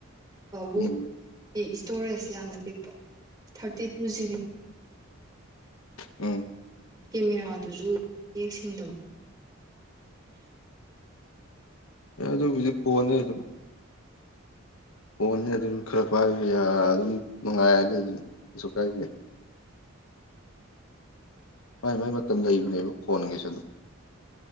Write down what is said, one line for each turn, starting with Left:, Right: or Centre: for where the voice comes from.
Right: ꯕꯨ
Left: ꯎꯝ
Right: ꯏꯁꯇꯣꯔꯦꯖ ꯌꯥꯝꯅ ꯄꯤꯛꯄ ꯊꯥꯔꯇꯤ ꯇꯨ ꯖꯤꯕꯤ
Left: ꯎꯝ
Right: ꯀꯦꯃꯦꯔꯥꯗꯨꯁꯨ ꯌꯦꯌꯦꯛ ꯁꯦꯡꯗꯕ
Left: ꯑꯗꯨꯣꯗꯤ ꯄꯅꯤ ꯑꯗꯨꯝ ꯍꯣꯟꯅꯤ ꯑꯗꯨꯝ ꯈꯔ ꯄꯥꯏꯕ ꯑꯗꯨꯝ ꯅꯨꯡꯉꯥꯏꯔꯗꯤ ꯑꯗꯨꯝ ꯀꯩꯁꯨ ꯀꯥꯏꯕꯤ ꯃꯥꯏ ꯃꯥꯏ ꯃꯇꯝ ꯂꯩꯕꯅꯦꯕ ꯐꯣꯟꯒꯤꯁꯨ ꯑꯗꯨꯝ